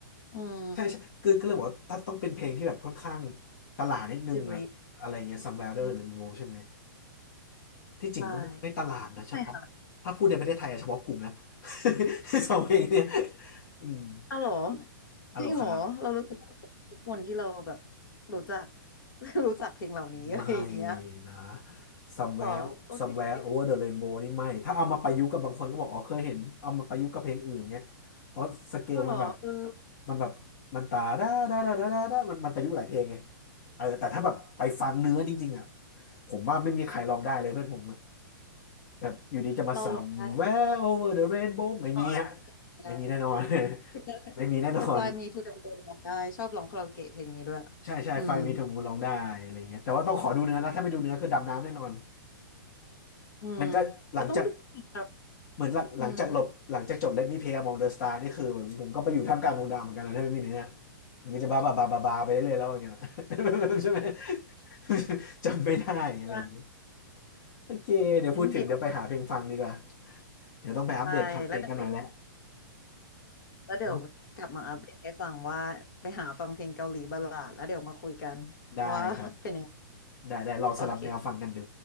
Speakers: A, on the left; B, on the left.
A: อืม
B: ใช่ใช่คือก็เลยบอกว่าถ้าต้องเป็นเพลงที่แบบค่อนข้างตลาดนิดนึงอะอะไรเงี้ย
A: The Rain
B: Somewhere Over
A: อืม
B: the Rainbow ใช่ไหม ที่จริงก็ไม่ตลาดนะเฉพาะถ้าพูดในประเทศไทยอะเฉพาะกลุ่มนะ
A: ใช่ไม่ค่ะ
B: <laughs> สองเพลงเนี่ยอืม
A: เอ้าเหรอ
B: อะโหลครับ
A: จริงเหรอเรารู้ ทุกคนที่เราแบบรู้จัก <laughs> รู้จักเพลงเหล่านี้ <laughs> อะไรอย่างเงี้ย
B: ไม่นะ somewhere
A: หรอโอเค
B: somewhere over the rainbow นี่ไม่ถ้าเอามาประยุกต์กับบางคนก็บอกอ๋อเคยเห็นเอามาประยุกต์กับเพลงอื่นเงี้ยเพราะสเกลมันแบบ
A: เราหรอเออ
B: มันแบบมันตาด้าด้าด้าด้าด้ามันมันประยุกต์หลายเพลงไงเออแต่ถ้าแบบไปฟังเนื้อจริงๆอ่ะผมว่าไม่มีใครลองได้เลยเพื่อนผม แบบอยู่ดีจะมา
A: เราลองได้
B: somewhere over the rainbow ไม่มีฮะ
A: ลองอันนเพนะ
B: ไม่มีแน่นอน <laughs>
A: <laughs>
B: ไม่มีแน่นอน
A: แต่ Fly Me to the Moon ลองได้ชอบร้องคาราโอเกะเพลงนี้ด้วย
B: ใช่ใช่ไฟมีเทอร์มูลร้องได้อะไรเงี้ยแต่ว่าต้องขอดูเนื้อนะถ้าไม่ดูเนื้อคือดำน้ำแน่นอน
A: อืมอืม
B: มันก็หลังจาก
A: ก็ต้องดูอีกครับ
B: เหมือนหลังหลังจากหลบหลังจากจบ
A: อืม
B: Let Me Play Among the Stars นี่คือแบบผมก็ไปอยู่ท่ามกลางดวงดาวเหมือนกันนะถ้าไม่มีเนื้อมันก็จะบ้าบ้าบ้าบ้าบ้าไปเรื่อยๆแล้วอย่างเงี้ยนะ <laughs> ใช่ไหม <laughs> จำไม่ได้อะไรอย่างเงี้ย
A: อ่ะ
B: โอเคเดี๋ยวพูดถึงเดี๋ยวไปหาเพลงฟังดีกว่า
A: งั้นเดี๋ยว
B: เดี๋ยวต้องไปอัปเดตคลังเพลงกันหน่อยแล้ว
A: ไปแล้วเดี๋ยวไปแล้วเดี๋ยวกลับมาอัปเดตให้ฟังว่าไปหาฟังเพลงเกาหลีบัลลาดแล้วเดี๋ยวมาคุยกัน
B: เนาะได้ครับ
A: ว่าเป็นยังไง
B: ได้ได้ลองสลับแนวฟังกันดู
A: โอเค